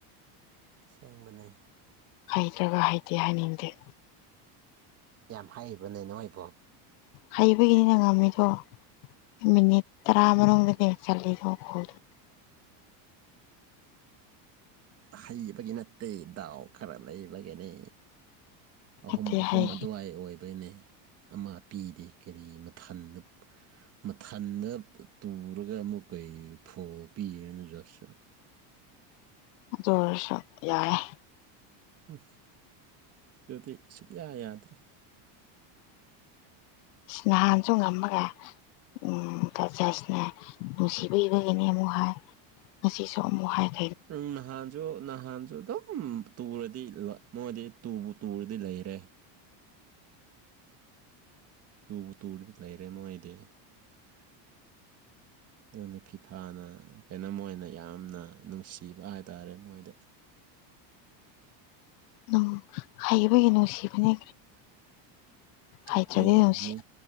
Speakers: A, on the right (about 30°); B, on the left (about 75°).
A: ꯁꯦꯡꯕꯅꯦ
B: ꯍꯩꯇ꯭ꯔꯒ ꯍꯩꯇꯦ ꯍꯥꯏꯅꯤꯡꯗꯦ
A: ꯌꯥꯝ ꯍꯩꯕ꯭ꯔꯅꯦ ꯅꯣꯏꯕꯣ
B: ꯍꯩꯕꯒꯤꯅꯤꯅ ꯉꯝꯃꯤꯗꯣ ꯃꯤꯅꯤꯠ ꯇꯔꯥ ꯃꯅꯨꯡꯗ ꯀꯌꯥ ꯆꯜꯂꯤꯅꫭ ꯒꫭꯜꯗꯨ
A: ꯍꯩꯕꯒꯤ ꯅꯠꯇꯦ ꯗꯥꯎ ꯈꯔ ꯂꯩꯕꯒꯤꯅꯦ ꯑꯍꯨꯝ
B: ꯅꯠꯇꯦ
A: ꯑꯍꯨꯝ
B: ꯍꯩ
A: ꯑꯗꯨꯋꯥꯏ ꯑꯣꯏꯕꯩꯅꯦ ꯑꯃ ꯄꯤꯗꯦ ꯀꯔꯤ ꯃꯊꯟꯗ ꯃꯊꯟꯗ ꯇꯨꯔꯒ ꯑꯃꯨꯛ ꯀꯩ ꯐꯣꯜ ꯄꯤꯒꯦꯅ ꯖꯁ ꯅ
B: ꯑꯗꯨ ꯑꯣꯏꯔꯁꯨ ꯌꯥꯏꯌꯦ
A: ꯎꯝ ꯑꯗꯨꯗꯤ ꯁꯨꯛꯌꯥ ꯌꯥꯗ꯭ꯔꯦ
B: ꯅꯍꯥꯟꯁꯨ ꯉꯝꯃꯒ ꯎꯝ ꯀꯖꯁꯅꯦ ꯅꯨꯡꯁꯤꯕꯤ ꯏꯕꯒꯤꯅꯦ ꯑꯃꯨꯛ ꯍꯥꯏ ꯉꯁꯤꯁꯨ ꯑꯃꯨꯛ ꯍꯥꯏꯔꯦ
A: ꯎꯝꯅꯍꯥꯟ ꯨ ꯗꯨ ꯅꯍꯥꯟꯁꯨ ꯑꯗꯨꯝ ꯇꯨꯔꯗꯤ ꯃꯣꯏꯗꯤ ꯇꯨꯕꯨ ꯇꯨꯔꯗꯤ ꯂꯩꯔꯦ ꯇꯨꯕꯨ ꯇꯨꯔꯗꯤ ꯂꯩꯔꯦ ꯃꯣꯏꯗꯤ ꯑꯗꯨꯅ ꯐꯤꯐꯥꯅ ꯀꯩꯅꯣꯝꯃꯅ ꯌꯥꯝꯅ ꯅꯨꯡꯁꯤꯕ ꯍꯥꯏꯇꯥꯔꯦ ꯃꯣꯏꯗ
B: ꯎꯝ ꯍꯩꯕꯒꯤ ꯅꯨꯡꯁꯤꯕꯅꯦ
A: ꯅꯠꯇꯦ
B: ꯍꯥꯏꯇ꯭ꯔꯗꯤ ꯅꯨꯡꯁꯤ
A: ꯃꯤ